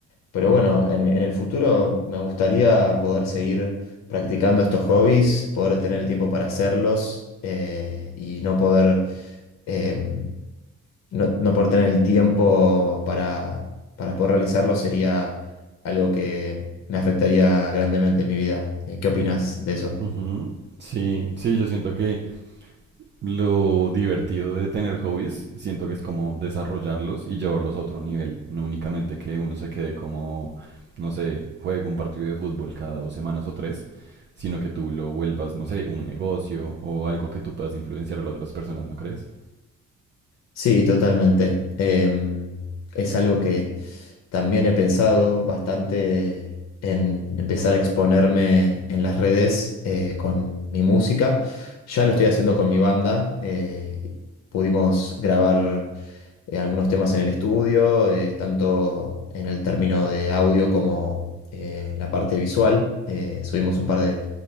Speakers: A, on the left (about 60°); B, on the right (about 35°).
A: pero bueno, en, mi- en el futuro me gustaría poder seguir practicando estos hobbies, poder tener el tiempo para hacerlos eh, y no poder... em, no, no por tener el tiempo para, para poder realizarlo sería algo que me afectaría grandemente en mi vida. Eh, ¿Qué opinas de eso?
B: Ujú. Sí, sí, yo siento que Lo divertido de tener hobbies, siento que es como desarrollarlos y llevarlos a otro nivel, no únicamente que uno se quede como, no sé, juega un partido de fútbol cada dos semanas o tres, sino que tú lo vuelvas, no sé, un negocio o algo que tú puedas influenciar a las otras personas, ¿no crees?
A: Sí, totalmente. Em, es algo que también he pensado bastante en empezar a exponerme en las redes eh, con mi música. Ya lo estoy haciendo con mi banda. eh, pudimos grabar eh, algunos temas en el estudio, eh, tanto en el término de audio como eh, la parte visual. Eh, subimos un par de,